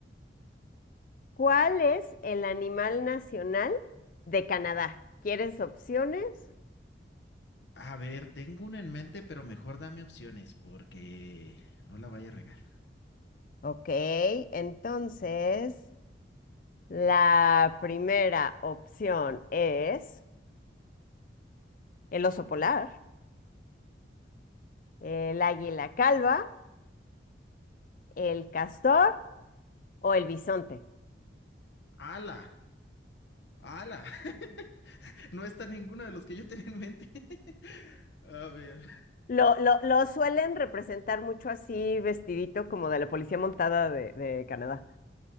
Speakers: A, on the left; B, on the left.
A: ¿cuál es el animal nacional de Canadá? ¿Quieres opciones?
B: A ver, tengo uno en mente, pero mejor dame opciones porque no la vaya a regar.
A: Ok, entonces la primera opción es el oso polar, el águila calva. el castor o el bisonte.
B: ¡Ala! ¡Ala! <laughs> No está ninguno de los que yo tenía en mente. <laughs> A ver.
A: Lo, lo, lo suelen representar mucho así, vestidito como de la policía montada de, de Canadá.